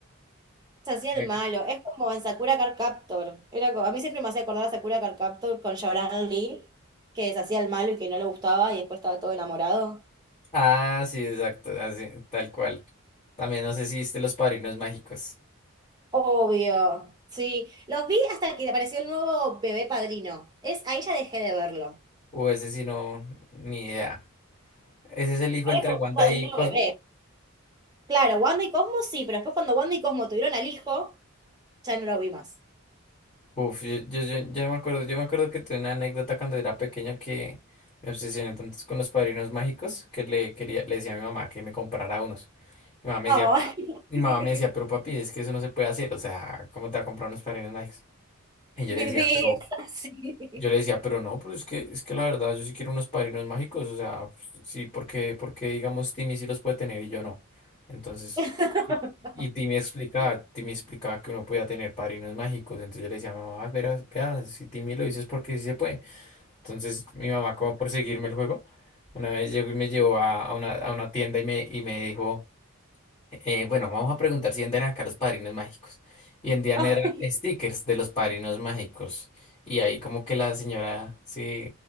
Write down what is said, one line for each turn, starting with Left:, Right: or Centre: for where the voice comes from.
Right: Se hacía
Left: Ok.
Right: el malo. Es como en Sakura Card Captor. Era, co- a mí siempre me hacía acordar a Sakura Card Captor con Shaoran Lee, que se hacía el malo y que no le gustaba y después estaba todo enamorado.
Left: Ah, sí, exacto, así, tal cual. También no sé si viste Los Padrinos Mágicos.
Right: Obvio, sí. Los vi hasta que apareció el nuevo bebé padrino. Es, ahí ya dejé de verlo.
Left: O ese sí no, ni idea. Ese es el hijo
Right: Ahora
Left: entre
Right: como
Left: Wanda
Right: un padrino
Left: y Cosmo.
Right: bebé. Claro, Wanda y Cosmo sí, pero después cuando Wanda y Cosmo tuvieron al hijo, ya no lo vi más.
Left: Uf, yo, yo, yo, yo no me acuerdo, yo me acuerdo que tuve una anécdota cuando era pequeño que me obsesioné tanto con los padrinos mágicos que le quería, le decía a mi mamá que me comprara unos. Mi mamá me
Right: Ay.
Left: decía, mi
Right: <laughs>
Left: mamá me decía, pero papi, es que eso no se puede hacer, o sea, ¿cómo te va a comprar unos padrinos mágicos? Y yo
Right: Mi
Left: le decía,
Right: vida,
Left: pero
Right: sí.
Left: yo le decía, pero no, pero es que, es que la verdad, yo sí quiero unos padrinos mágicos, o sea, pues, sí, porque, porque digamos, Timmy sí los puede tener y yo no. Entonces,
Right: <laughs>
Left: y, y Timmy explicaba, Timmy explicaba que uno podía tener padrinos mágicos, entonces yo le decía, mamá, verás, vea, si Timmy lo dice es porque sí se puede. Entonces, mi mamá, como por seguirme el juego, una vez llegó y me llevó a, a una, a una tienda y me, y me dijo... Eh, bueno, vamos a preguntar si antes eran acá los padrinos mágicos. Y en Diana
Right: Ay,
Left: eran stickers de los padrinos mágicos. Y ahí como que la señora, sí,